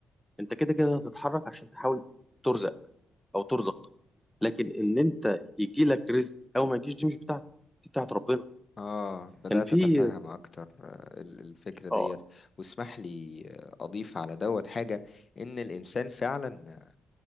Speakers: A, in the centre; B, on the left (about 35°).
A: انت كده كده هتتحرك عشان تحاول ترزق او ترزق لكن ان انت يجي لك رزق او ما يجيش دي مش بتاعتك دي بتاعت ربنا
B: اه بدأت
A: كان في
B: اتفهم اكتر آه، ال- الفكرة ديت
A: اه
B: واسمح لي آه، اضيف على دوت حاجة ان الانسان فعلا